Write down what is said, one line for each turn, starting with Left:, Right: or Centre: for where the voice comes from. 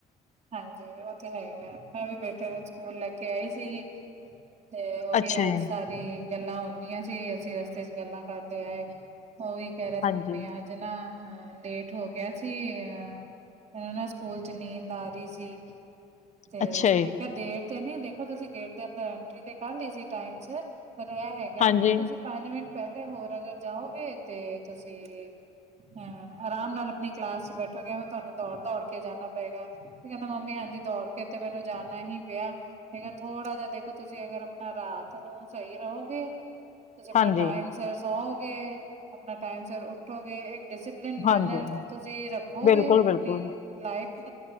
Right: ਹਾਂਜੀ, ਉਹ ਤੇ ਹੈਗੈ, ਮੈਂ ਵੀ ਬੇਟੇ ਨੂੰ ਸਕੂਲ ਲੈ ਕੇ ਆਈ ਸੀ ਗੀ। ਤੇ ਉਹੀ
Left: ਅੱਛਾ ਜੀ,
Right: ਅੱਜ ਸਾਰੀ ਗੱਲਾਂ ਹੁੰਦੀਆਂ ਸੀ, ਅਸੀਂ ਰਸਤੇ ਚ ਗੱਲਾਂ ਕਰਦੇ ਆਏ। ਓ ਵੀ ਕਹ ਰਯਾ ਸੀ
Left: ਹਾਂਜੀ,
Right: ਮੰਮੀ ਅੱਜ ਅੱਜ ਨਾ ਲੇਟ ਹੋ ਗਿਆ ਸੀ, ਅ ਮੈਨੂੰ ਨਾ ਸਕੂਲ 'ਚ ਨੀਂਦ ਆ ਆਂਦੀ ਸੀ ਤੇ
Left: ਅੱਛਾ ਜੀ,
Right: ਮੈਂ ਕਿਹਾ ਦੇਖ ਕੈਂਦੀ ਦੇਖੋ ਤੁਸੀ ਗੇਟ ਦੇ ਅੰਦਰ ਐਂਟਰੀ ਤੇ ਕਰ ਲਈ ਸੀ ਟਾਈਮ ਚ ਪਰ ਇਹ ਹੈਗਾ ਹੈ
Left: ਹਾਂਜੀ,
Right: ਕਿ ਤੁਸੀਂ ਪੰਜ ਮਿੰਟ ਪਹਿਲੇ ਹੋਰ ਅਗਰ ਜਾਓਗੇ ਤੇ ਤੁਸੀ ਹੰ ਆਰਾਮ ਨਾਲ ਆਪਣੀ ਕਲਾਸ ਚ ਬੈਠੋਗੇ ਏਵੇ ਤੁਹਾਨੂੰ ਦੌਰ -ਦੌਰ ਕੇ ਜਾਣਾ ਪਏਗਾ। ਕਹਿੰਦਾ, ਮੰਮੀ ਹਾਂਜੀ ਦੌਰ ਕੇ ਤੇ ਮੈਨੂੰ ਜਾਣਾ ਹੀ ਪਿਆ ਹੈਗਾ ਥੋੜਾ ਜਿਹਾ ਦੇਖੋ ਤੁਸੀ ਅਗਰ ਨਾ ਰਾਤ ਨੂੰ ਸਹੀ ਰਹੋਗੇ, ਤੁਸੀ ਅਪਣਾ
Left: ਹਾਂਜੀ,
Right: ਟਾਈਮ ਸਿਰ ਸੋਓਗੇ ਅਪਣਾ ਟਾਈਮ ਸਰ ਉਠੋਗੇ ਇੱਕ ਡਿਸਪਲਿਨ ਮੈਨਰ
Left: ਹਾਂਜੀ,
Right: ਤੁਸੀ ਰੱਖੋਗੇ,
Left: ਬਿਲਕੁਲ, ਬਿਲਕੁਲ,
Right: ਅਪਣੀ ਲਾਈਫ